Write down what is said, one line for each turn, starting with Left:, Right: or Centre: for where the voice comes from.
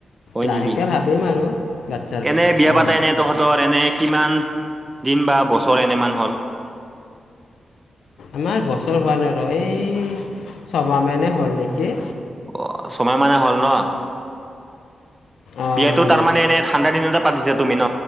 Right: হয়
Left: লাহেকৈ
Right: নেকি
Left: ভাবিম আৰু বাচ্ছাৰ কথা
Right: এনে বিয়া
Left: অঁ
Right: পাতাইনে তহঁতৰ এনে কিমান দিন বা বছৰ এনেমান হ'ল
Left: আমাৰ বছৰ হোৱা নাই ৰ এই ছমাহ মে হ'ল নেকি
Right: অ চয় মানে হল ন
Left: অঁ
Right: বিয়াতটো
Left: মানে
Right: তাৰমানে এনে ঠাণ্ডা দিনতে পাতিছা তুমি ন